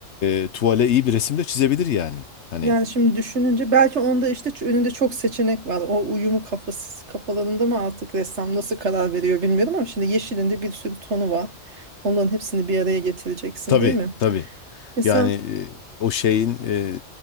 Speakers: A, on the left; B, on the right.
A: e, tuvale iyi bir resim de çizebilir yani. Hani
B: Yani şimdi düşününce belki onda işte ç- önünde çok seçenek var. O uyumu kafası kafalarında mı artık ressam nasıl karar veriyor bilmiyorum ama şimdi yeşilinde bir sürü tonu var. Onların hepsini bir araya getireceksin
A: tabii
B: değil mi?
A: tabii.
B: Mesela
A: Yani e, o şeyin e,